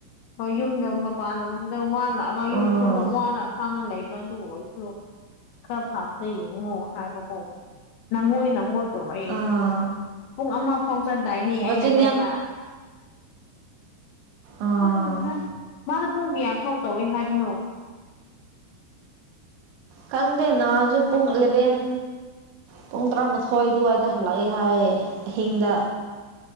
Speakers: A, on the left (about 85°); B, on the right (about 80°).
A: ꯍꯣꯏ ꯌꯨꯝꯗ ꯃꯄꯥꯟꯂꯝꯗ ꯋꯥꯅ <unintelligible> ꯌꯨꯝꯗꯁꯨ
B: ꯑꯣ
A: ꯑꯃꯨꯛ ꯋꯥꯅ ꯈꯥꯡꯉ ꯂꯩꯕꯗꯣ ꯑꯗꯨ ꯈꯔ ꯐꯥꯕꯗ ꯌꯦꯡꯉꯣ ꯍꯥꯏꯕꯀꯣ ꯅꯪꯉꯣꯏ ꯅꯪꯉꯣꯏ ꯇꯧꯕ ꯑꯩ
B: ꯑꯥ
A: ꯑꯗꯨꯅ ꯄꯨꯡ ꯑꯃ ꯐꯥꯎ ꯆꯠꯗꯥꯏꯅꯦ
B: ꯃꯆꯤꯟ
A: ꯑꯩꯅ ꯍꯥꯏꯕ
B: ꯌꯥꯝ ꯑꯥ
A: ꯈꯪꯗꯦꯗ ꯃꯥꯅ ꯄꯨꯡ ꯀ꯭ꯌꯥꯐꯥꯎ ꯇꯧꯋꯦ ꯍꯥꯏꯕꯅꯣ
B: ꯈꯪꯗꯦ ꯅꯍꯥꯟꯖꯨ ꯄꯨꯡ ꯏꯂꯦꯚꯦꯟ ꯄꯨꯡ ꯇ꯭ꯔꯥꯃꯥꯊꯣꯏ ꯑꯗꯨꯋꯥꯏꯗ ꯍꯜꯂꯛꯑꯦ ꯍꯥꯏꯌꯦ ꯑꯍꯤꯡꯗ